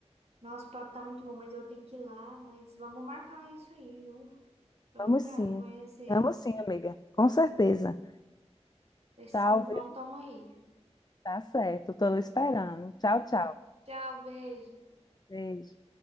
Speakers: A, on the right; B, on the left.
A: Nossa, o papo tá muito bom, mas eu tenho que ir lá. Mas vamos marcar isso aí, viu? Eu
B: Vamos
A: quero
B: sim,
A: conhecer.
B: vamos sim, amiga, com certeza.
A: Esse
B: Tchau,
A: São João,
B: viu?
A: tamo aí.
B: Tá certo, tô esperando. Tchau, tchau.
A: Tchau, beijo.
B: Beijo.